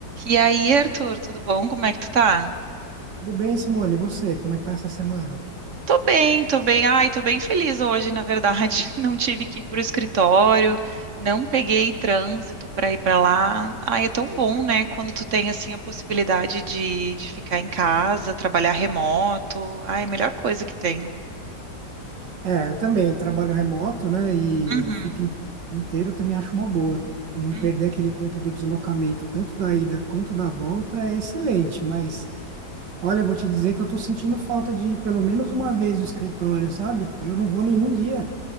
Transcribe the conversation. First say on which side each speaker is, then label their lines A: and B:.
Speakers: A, on the right (about 50°); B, on the right (about 85°).
A: E aí, Arthur, tudo bom? Como é que tu tá?
B: Tudo bem, Simone? E você? Como é que tá essa semana?
A: Tô bem, tô bem. Ai, tô bem feliz hoje, na verdade. <laughs> Não tive que ir pro escritório, não peguei trânsito pra ir pra lá. Ai, é tão bom, né? Quando tu tem, assim, a possibilidade de, de ficar em casa, trabalhar remoto. Ai, melhor coisa que tem.
B: É, eu também trabalho remoto, né? E
A: Uhum,
B: eu fico em casa o dia inteiro, eu também acho uma boa. Não
A: uhum.
B: perder aquele tempo do deslocamento, tanto da ida quanto da volta, é excelente. Mas, olha, eu vou te dizer que eu tô sentindo falta de pelo menos uma vez no escritório, sabe? Eu não vou nenhum dia.